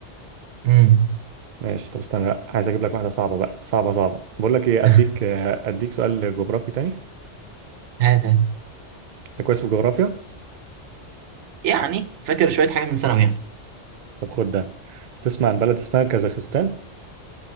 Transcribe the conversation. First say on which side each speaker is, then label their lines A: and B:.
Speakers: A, on the right; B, on the right.
A: مم.
B: ماشي طب استنى لا عايز اجيب لك واحدة صعبة بقى صعبة صعبة بقول لك ايه
A: <laughs>
B: اديك آه، اديك سؤال جغرافي تاني
A: هات هات
B: انت كويس في الجغرافيا
A: يعني فاكر شوية حاجات من ثانوي يعني
B: طب خد ده تسمع عن بلد اسمها كازاخستان